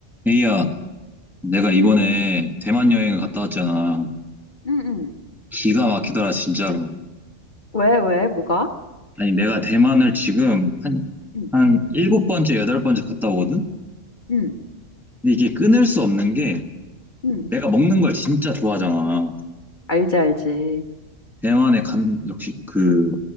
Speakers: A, in the centre; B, on the left (about 40°).
A: 에이야, 내가
B: 응,
A: 이번에 대만 여행을 갔다 왔잖아.
B: 응, 응,
A: 기가 막히더라, 진짜로.
B: 왜, 왜, 뭐가?
A: 아니, 내가 대만을 지금 한,
B: 응,
A: 한 일곱 번째, 여덟 번째 갔다 오거든?
B: 응,
A: 근데 이게 끊을 수 없는 게
B: 응.
A: 내가 먹는 걸 진짜 좋아하잖아.
B: 알지, 알지.
A: 대만에 간, 역시 그,